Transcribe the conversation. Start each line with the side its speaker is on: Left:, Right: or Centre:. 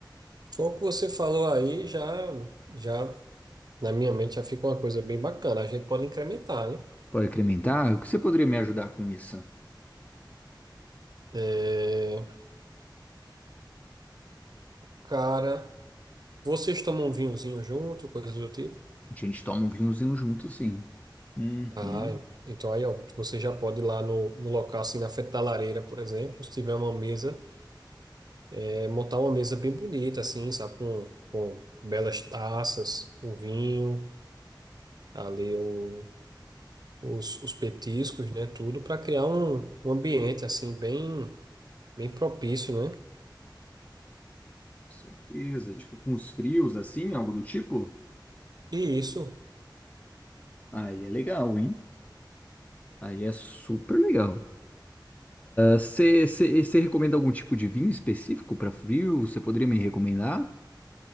Right: só o que você falou aí já, já na minha mente já fica uma coisa bem bacana. A gente pode incrementar, né?
Left: Pode incrementar? O que você poderia me ajudar com isso?
Right: É, cara, vocês tomam um vinhozinho junto, coisa do tipo?
Left: A gente toma um vinhozinho junto, sim. Uhum. Com
Right: Ah, então aí, ó, você já pode ir lá no, no local, assim, na frente da lareira, por exemplo, se tiver uma mesa, é, montar uma mesa bem bonita, assim, sabe? Com, com belas taças, o vinho, ali o os, os petiscos, né, tudo, para criar um, um ambiente assim bem bem propício, né?
Left: certeza. Tipo, com os frios, assim, algo do tipo?
Right: E isso,
Left: Aí é legal, hein? Aí é super legal. Você recomenda algum tipo de vinho específico para frio? Você poderia me recomendar?